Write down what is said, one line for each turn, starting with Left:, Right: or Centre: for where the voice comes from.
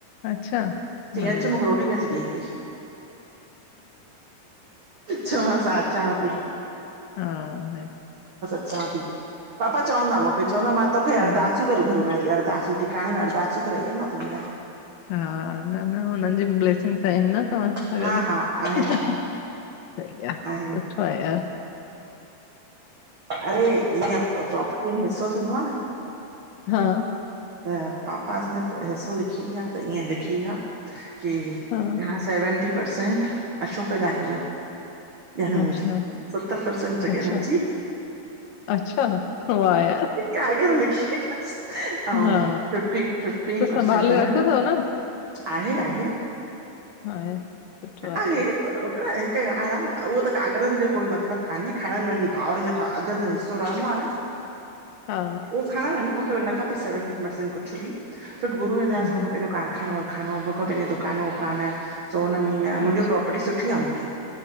Left: अच्छा, अरे
Right: चयी अच
Left: वाह!
Right: मूंखे रोटी नथी देई पई। चोमास हा अचा ती।
Left: हाँ। <unintelligible>
Right: <inaudible> पापा चवंदा मूंखे, चवंदा मां तोखे
Left: हा
Right: अरदासूं करे घुर्यो में ती अरदासूं, टीकाडे में अरदास। <inaudible>
Left: हा न-न हुनन जी ब्लेसिंग्स आहिन न तव्हां सां
Right: लाइ
Left: गॾु।
Right: हा हा आहिनि
Left: सही आ--सुठो
Right: आहिनि
Left: आहे यार।
Right: अरे जीअं प्रोपर्टी में हिसो थींदो आ न।
Left: हा।
Right: त् पापा असांजा हिस्सो लिखी विया त् ईअं लिखी विया- - <unintelligible>
Left: हा
Right: यहा सेवेंटी परसेंट अशोक जाल जो। <unintelligible>
Left: अच्छा
Right: सतर परसेंट जॻह
Left: अच्छा
Right: मुंहिंजी।
Left: <inaudible> अच्छा वाह यार,
Right: कागर लिखी ऐं
Left: हा।
Right: फिफ्टी फिफ्टीन
Left: त् संभाले
Right: परसेंट हुनजो
Left: रखयो तव न।
Right: आहे आहे।
Left: हा <unintelligible>
Right: <inaudible> हिकु
Left: आहे यार
Right: ॻाल्हि आहे, उहो त कागरनि जो कोई मतिलबु कान्हे, खणन वञी भाउरनि जो अध अध हिसो रहंदो आ न।
Left: हा
Right: उहो खणन वञी, मूंखे न खपे सेवेंटी परसेंट कुझु बि। <unintelligible> गुरुअ जी
Left: हम्म
Right: दया सां मूंखे
Left: हम्म
Right: पंहिंजो कारखानो <unintelligible> पंहिंजो दुकान वुकान - सोन मीन मुंहिंजो
Left: अच्छा
Right: प्रोपर्टी सुठी आहे मूंखे।